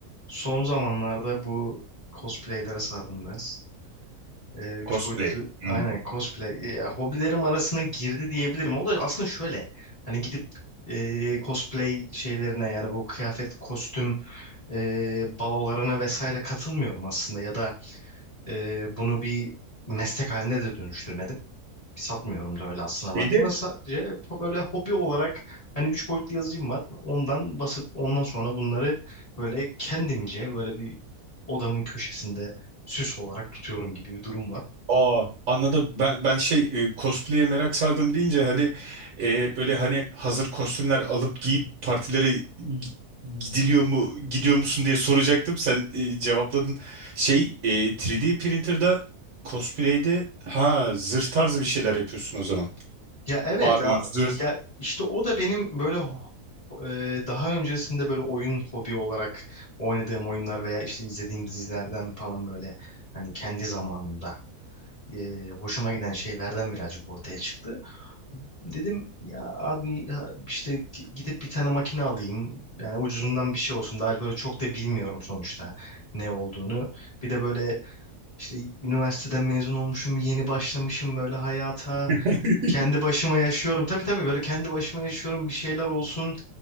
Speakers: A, on the left; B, on the right.
A: Son zamanlarda bu cosplaylere sardım biraz. Ee, üç
B: Cosplay.
A: boyutlu
B: Hmm.
A: aynen cosplay e, ya, hobilerim arasına girdi diyebilirim. O da aslında şöyle hani gidip e, cosplay şeylerine yani bu kıyafet, kostüm e, balolarına vesaire katılmıyorum aslında ya da e, bunu bir meslek haline de dönüştürmedim satmıyorum da öyle aslına
B: Şeyde
A: baktığında. Sadece böyle hobi olarak hani üç boyutlu yazıcım var. Ondan basıp ondan sonra bunları böyle kendimce böyle bir odamın köşesinde süs olarak tutuyorum gibi bir durum var.
B: aa anladım ben ben şey e, cosplay'e merak sardım deyince hani e, böyle hani hazır kostümler alıp giyip partilere gidiliyor mu gidiyor musun diye soracaktım sen e, cevapladın. Şey e, 3D printer'da cosplay'de ha zırh tarzı bir şeyler yapıyorsun o zaman.
A: Ya evet
B: Armor,
A: ya,
B: zırh.
A: ya işte o da benim böyle ho- e, daha öncesinde böyle oyun hobi olarak oynadığım oyunlar veya işte izlediğim dizilerden falan böyle hani kendi zamanımda e, hoşuma giden şeylerden birazcık ortaya çıktı. Dedim ya abi ha- işte g- gidip bir tane makine alayım. Yani ucuzundan bir şey olsun. Daha böyle çok da bilmiyorum sonuçta ne olduğunu. Bir de böyle işte üniversiteden mezun olmuşum, yeni başlamışım böyle hayata.
B: <laughs>
A: Kendi başıma yaşıyorum. Tabii tabii böyle kendi başıma yaşıyorum. Bir şeyler olsun.